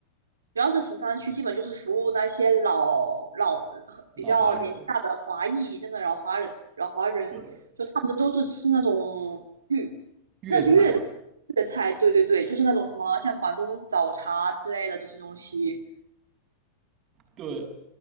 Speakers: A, on the right; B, on the right.
A: 主要是十三区，基本就是服务那些老老
B: 老华人，
A: 比较年纪大的华裔，真的老华人，老华人。
B: 对，
A: 我们都是吃那种粤，
B: 粤菜，
A: 那是粤粤菜，对对对，就是那种什么像广东早茶之类的这些东西。
B: 对，